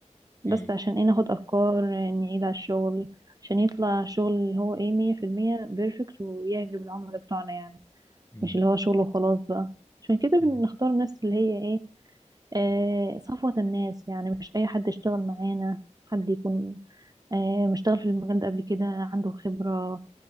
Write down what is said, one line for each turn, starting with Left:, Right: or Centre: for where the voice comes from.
Right: بس
Left: مم.
Right: عشان ايه ناخد افكار نعيد على الشغل عشان يطلع شغل اللي هو ايه مية في المية بيرفكت ويعجب العملاء بتوعنا يعني
Left: مم.
Right: مش اللي هو شغل وخلاص بقى عشان كده
Left: مم.
Right: بنختار الناس اللي هي ايه آه صفوة الناس يعني مش اي حد يشتغل معانا حد يكون آه مشتغل في المجال ده قبل كده عنده خبرة